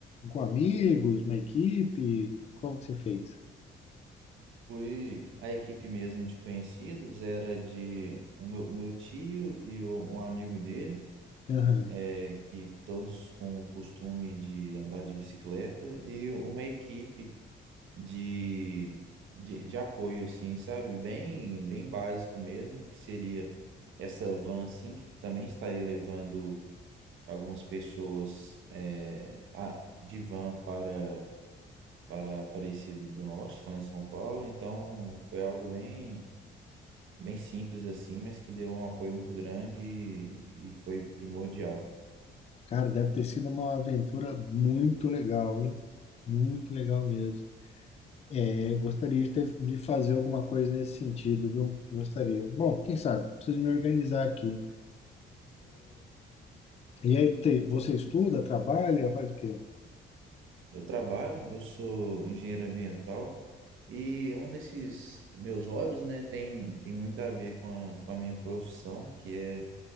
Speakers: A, on the left; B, on the right.
A: com amigos, uma equipe, como que você fez?
B: Fui a equipe mesmo de conhecidos, era de o meu, o meu tio e o- um amigo dele,
A: Aham.
B: é, que todos com o costume de andar de bicicleta, e uma equipe de, de, de apoio, assim, sabe? Bem, bem básica mesmo, que seria essa van, assim, que também estaria levando algumas pessoas é, a- de van para, para Aparecida do Norte, lá em São Paulo. Então, foi algo bem, bem simples, assim, mas que deu um apoio muito grande e, e foi primordial.
A: Cara, deve ter sido uma aventura muito legal, hein? Muito legal mesmo. É, Eu gostaria de, ter- de fazer alguma coisa nesse sentido, viu? Gostaria. Bom, quem sabe? Preciso me organizar aqui. E aí, te- você estuda, trabalha, faz o quê?
B: Eu trabalho, eu sou engenheiro ambiental e um desses meus hobbies, né, tem, tem muito a ver com a, com a minha profissão, que é